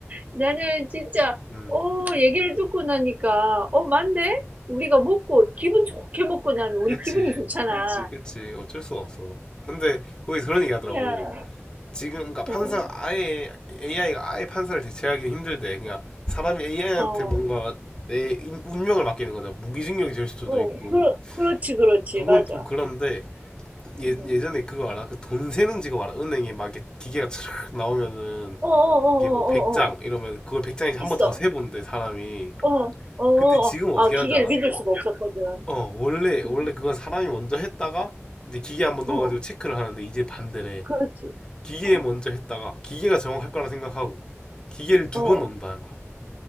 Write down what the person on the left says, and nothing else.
음,
그치.
그치, 어쩔 수가 없어. 근데 거기 그런 얘기 하더라고.
지금, 그러니까 판사가
아예, AI가 아예 판사를 대체하기는 힘들대. 그러니까 사람이 AI한테
뭔가 내 인- 운명을 맡기는 거잖아. 무기징역이 될 수도
있고.
그건
좀 그런데, 예,
예전에 그거 알아? 그 돈 세는 직업 알아? 은행에 막 이렇게 기계가 촤악 나오면은,
이게 뭐 100장
이러면 그걸 100장이지 한
번 더 세본대, 사람이.
근데 지금
어떻게
하는지 알아?
어, 원래, 원래
그건 사람이 먼저 했다가, 이제 기계 한 번 넣어가지고
체크를 하는데, 이제 반대래.
기계에
먼저 했다가 기계가 정확할 거라 생각하고 기계를 두
번 넣는다는 거야.